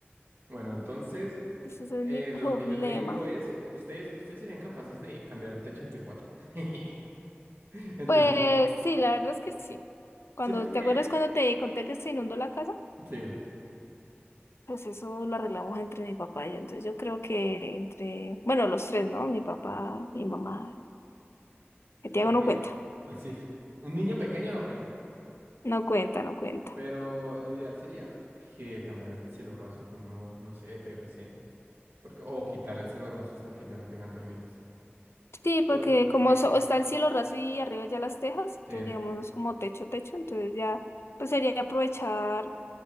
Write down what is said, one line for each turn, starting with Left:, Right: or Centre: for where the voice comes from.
Right: Bueno, entonces,
Left: Entonces ese
Right: eh,
Left: es mi <laughs> problema.
Right: lo que yo te digo es, ustedes, ustedes serían capaces de cambiar el techo entre cuatro. <laughs> Entre
Left: Pues
Right: sí.
Left: sí, la verdad es que sí. Cuando,
Right: Sí, porque,
Left: ¿te acuerdas cuando te conté que se inundó la casa?
Right: sí,
Left: Pues eso lo arreglamos entre mi papá y yo. Entonces yo creo que entre, bueno, los tres, ¿no? Mi papá, mi mamá. Que Tiago
Right: porque,
Left: no cuenta.
Right: <laughs> así, un niño pequeño no cuenta.
Left: No cuenta, no cuenta.
Right: Pero lo ideal sería que cambiar el cielo raso por uno, no sé, de PVC. Porque, o quitar el cielo raso hasta que ya no tengan termitas.
Left: Sí,
Right: Por-
Left: porque
Right: porque,
Left: como so- está el cielo raso y arriba ya las tejas, entonces
Right: sí.
Left: digamos como techo, techo, entonces ya pues sería aprovechar